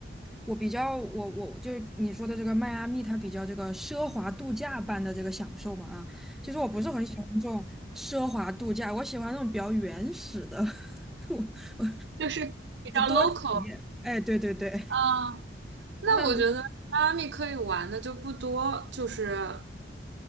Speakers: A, in the centre; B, on the right (about 65°).
A: 我比较我我就你说的这个迈阿密，它比较这个奢华度假般的这个享受嘛啊，其实我不是很喜欢这种奢华度假，我喜欢那种比较原始的，<laughs> 我
B: 就是比较
A: 多
B: local。
A: 哎对对对，
B: 嗯，那我觉得迈阿密可以玩的就不多，
A: 那
B: 就是。